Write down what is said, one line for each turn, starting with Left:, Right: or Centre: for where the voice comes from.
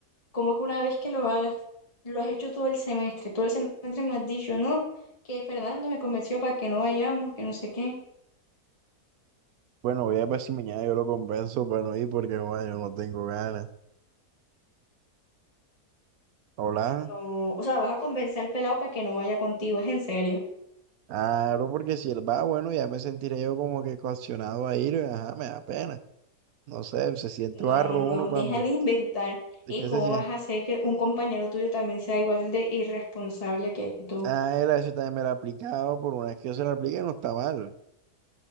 Left: como que una vez que lo hagas, lo has hecho todo el semestre, todo el semestre me has dicho, no, que Fernando me convenció para que no vayamos, que no sé qué.
Right: Bueno, voy a ver si mañana yo lo convenzo para no ir porque joder, yo no tengo ganas. Hola.
Left: No, o sea, vas a convencer al pelado para que no vaya contigo, es en serio.
Right: Claro, porque si él va, bueno, ya me sentiré yo como que coaccionado a ir, y, ajá, me da pena. No sé, se siente
Left: No,
Right: barro
Left: no, no,
Right: uno cuando.
Left: deja de inventar.
Right: ¿Y
Left: ¿Y
Right: qué
Left: cómo
Right: se siente?
Left: vas a hacer que un compañero tuyo también sea igual de irresponsable que tú?
Right: Ah, él a eso también me lo ha aplicado, por una vez que yo se lo aplique no está mal.